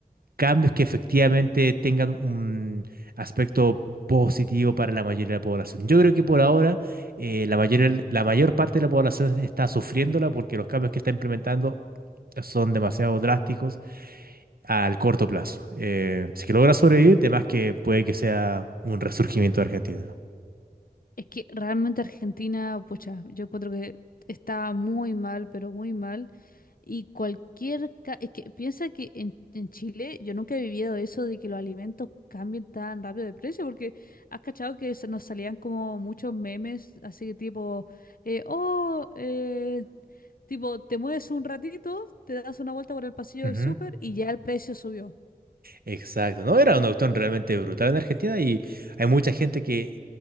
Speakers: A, on the right; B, on the left.
A: cambios que efectivamente tengan un aspecto positivo para la mayoría de la población. Yo creo que por ahora eh, la mayoría- la mayor parte de la población está sufriéndola porque los cambios que está implementando son demasiado drásticos al corto plazo. Eh, si que logra sobrevivir, de más que puede que sea un resurgimiento de Argentina.
B: Es que realmente Argentina, pucha, yo encuentro que está muy mal, pero muy mal. Y cualquier... ca- Es que piensa que en, en Chile yo nunca he vivido eso de que los alimentos cambien tan rápido de precio, porque has cachado que se nos salían como muchos memes, así que tipo, eh, oh, eh, tipo, te mueves un ratito, te das una vuelta por el pasillo
A: Ujú.
B: del súper y ya el precio subió.
A: Exacto, no, era una cuestión realmente brutal en Argentina y hay mucha gente que